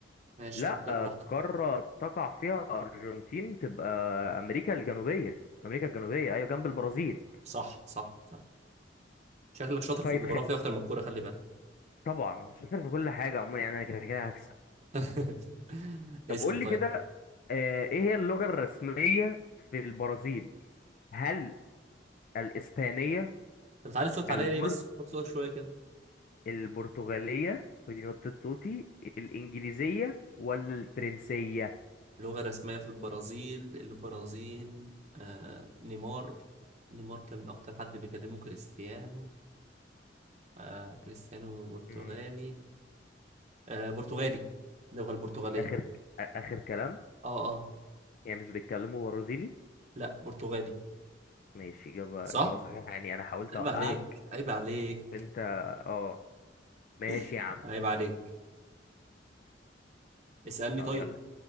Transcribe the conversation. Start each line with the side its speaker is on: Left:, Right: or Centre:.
Right: ماشي
Left: لا
Right: فكر
Left: آه،
Right: براحتك
Left: قارة تقع فيها أرجنتين تبقى أمريكا الجنوبية أمريكا الجنوبية أيوة جنب البرازيل
Right: صح صح صح شكلك شاطر
Left: طيب
Right: في الجغرافيا
Left: خ...
Right: اكتر من الكوره خلي بالك
Left: طبعا شاطر في كل حاجة عموما يعني أنا كده كده هكسب
Right: <laughs>
Left: طب
Right: اسال
Left: قول
Right: طيب
Left: لي كده آه، إيه هي اللغة الرسمية في البرازيل هل الإسبانية
Right: انت بتعلي صوتك
Left: البرتغالية،
Right: عليا ليه بس خد صوتك شويه كده
Left: البرتغالية ودي نقطة صوتي الإنجليزية ولا الفرنسية
Right: اللغه الرسميه في البرازيل البرازيل آه نيمار نيمار كان من اكتر حد بيكلمه كريستيانو آه كريستيانو برتغالي
Left: مم.
Right: آه برتغالي اللغه البرتغاليه
Left: آخر ك- آ- آخر كلام
Right: اه اه
Left: يعني مش بيتكلموا برازيلي
Right: لا برتغالي
Left: ماشي إجابة
Right: صح
Left: إجابة صحيحة يعني أنا حاولت
Right: عيب
Left: أوقعك
Right: عليك عيب عليك
Left: بس أنت أه ماشي
Right: <laughs>
Left: يا عم
Right: عيب عليك اسالني
Left: طب
Right: طيب
Left: يلا